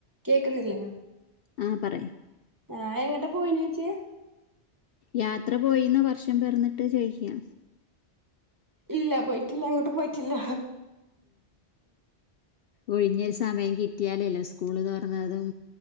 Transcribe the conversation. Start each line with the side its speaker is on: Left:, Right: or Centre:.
Right: കേക്കുന്നില്ലേ
Left: ആഹ് പറയൂ
Right: ആഹ് എങ്ങട്ടാ പോയിനെ ചേച്ചി
Left: യാത്ര പോയിന്നോ വർഷം പെറന്നിട്ട് ചോയിക്കാ
Right: ഇല്ല പോയിട്ടില്ല എങ്ങോട്ടും പോയിട്ടില്ല
Left: ഒഴിഞ്ഞൊരു സമയം കിട്ടിയാലല്ലേ സ്കൂള് തുറന്നതും